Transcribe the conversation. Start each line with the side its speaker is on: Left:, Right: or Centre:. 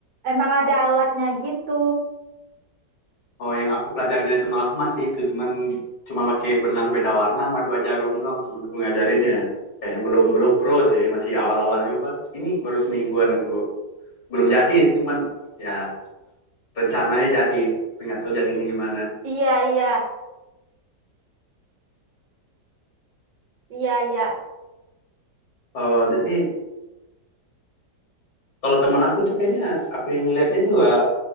Right: Emang ada alatnya gitu.
Left: Oh yang aku pelajari dari teman aku masih itu, cuman cuman pakai benang beda warna sama dua jarum doang teman aku ngajarinnya. Kayaknya belum belum pro sih, masih awal-awal nyoba. Ini baru semingguan aku. Belum jadi sih, cuman ya rencananya jadi, tapi nggak tahu jadinya gimana.
Right: Iya, iya. Iya, iya.
Left: Oh jadi kalau teman aku tuh kayaknya aku yang lihat dia juga